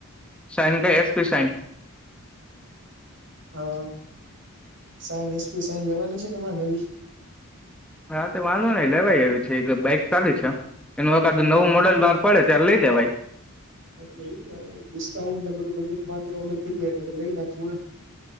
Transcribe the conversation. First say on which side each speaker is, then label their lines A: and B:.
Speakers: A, in the centre; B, on the right.
A: સાઇન કે એસપી શઇન
B: હા સાઈન એસપી સાઈન લેવાની છે ને હમણાં નવી
A: હા હા તો વાંધો નઈ લેવાય આવ છે એક બાઈક સારી છે એનું એક આદું નવું મોડલ બાર પડે ત્યારે લઈ લેવા ભાઈ
B: એટલે ડિસ્કાઉન્ટ બધું બજેટ થઈ જાય એટલે લઈ નાખવું હોય